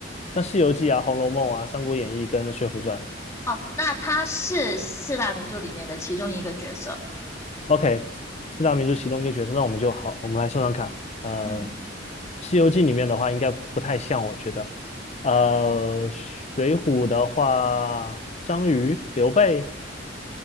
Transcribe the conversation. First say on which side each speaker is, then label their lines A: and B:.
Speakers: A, on the left; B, on the left.
A: 像《西游记》啊、《红楼梦》啊、《三国演义》跟《水浒传》。
B: 哦，那他是四大名著里面的其中一个角色，
A: OK，四大名著其中一个角色，那我们就好，我们来算算看。呃，
B: 嗯，
A: 《西游记》里面的话应该不太像，我觉得。呃，《水浒》的话，张瑜、刘备。